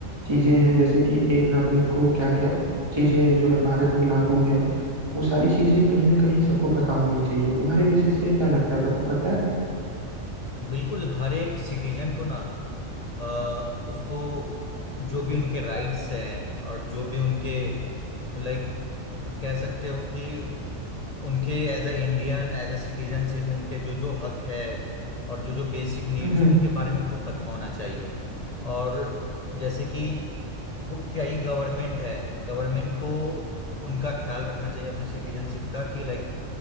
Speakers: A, on the right; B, on the left.
A: चीजें हैं जैसे कि एक नागरिक को क्या क्या चीजें जो है भारत में लागू है वो सारी चीजें कहीं ना कहीं सबको पता होनी चाहिए तुम्हारे बेसिस से क्या लगता है सबको पता है
B: बिल्कुल हर एक सिटीजन को ना अ, उसको जो भी उनके राइट्स हैं और जो भी उनके लाइक कह सकते हो कि उनके as a Indian as a citizen सिर्फ उनके जो जो हक है और जो जो बेसिक नीड्स
A: हम्म,
B: है उनके बारे में उनको पता होना चाहिए और जैसे कि वो कई गवर्नमेंट है गवर्नमेंट को उनका ख्याल रखना चाहिए अपने सिटीजनशिप का कि लाइक